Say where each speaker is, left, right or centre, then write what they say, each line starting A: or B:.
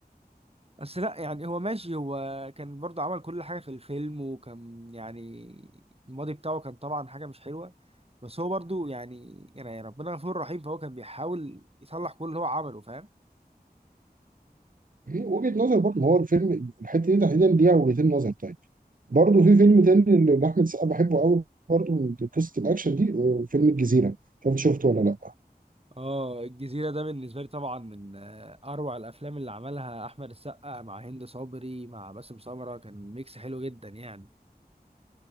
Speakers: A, on the right (about 35°); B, on the right (about 55°).
A: بس لا يعني هو ماشي هو كان برضه عمل كل حاجه في الفيلم وكان يعني الماضي بتاعه كان طبعا حاجه مش حلوه بس هو برضه يعني يعني ربنا غفور رحيم فهو كان بيحاول يصلح كل اللي هو عمله فاهم
B: هي وجهة نظر برضه ما هو الفيلم الحتة دي تحديدا ليها وجهتين نظر طيب برضه في فيلم تاني لأحمد السقا بحبه قوي برضه من قصة الأكشن دي آه، فيلم الجزيرة مش عارف شفته ولا لأ
A: اه الجزيرة ده بالنسبة لي طبعا من آه، أروع الأفلام اللي عملها أحمد السقا مع هند صبري مع باسم سمرة كان ميكس حلو جدا يعني